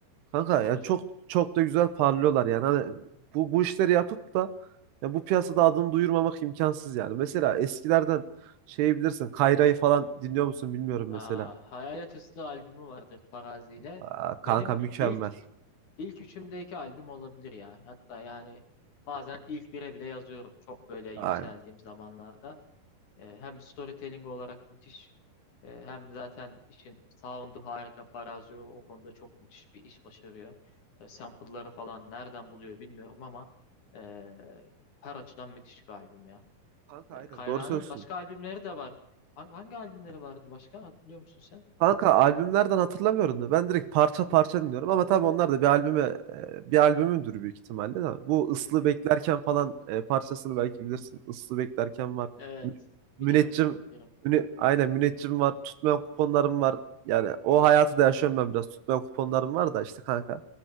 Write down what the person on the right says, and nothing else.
Kanka
yani çok
çok da güzel parlıyorlar yani. Hani bu bu işleri yapıp da ya bu piyasada adını duyurmamak imkansız yani. Mesela eskilerden şey bilirsin Kayra'yı falan dinliyor musun bilmiyorum
mesela.
Aa, kanka
mükemmel.
Aynen.
Kanka
aynen
doğru söylüyorsun.
Kanka albümlerden hatırlamıyorum da ben direkt parça parça dinliyorum ama tabii onlar da bir albüme e, bir albümündür büyük ihtimalle de. Bu Islı
Beklerken falan e, parçasını belki bilirsin. Islı Beklerken var.
Mü-
Müneccim
müne, aynen Müneccim var. Tutmayan kuponlarım var. Yani o hayatı da yaşıyorum ben biraz. Tutmayan kuponlarım var da işte kanka.